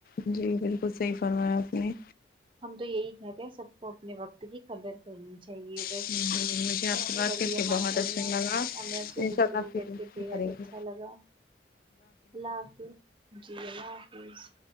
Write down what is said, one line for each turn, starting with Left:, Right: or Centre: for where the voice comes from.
Left: جی بالکل صحیح فرمایا آپ نے
Right: ہم تو یہی کہتے ہیں سب کو اپنے وقت کی قدر کرنی چاہیے ویسے
Left: مجھے آپ سے بات
Right: چلیے
Left: کر کے بہت
Right: ماشاء
Left: اچھا
Right: اللہ
Left: لگا
Right: ہمیں اس سے
Left: انشاء
Right: گفتگو
Left: اللہ پھر
Right: کر کے بےحد
Left: کریں گے
Right: اچھا لگا اللہ حافظ جی اللہ حافظ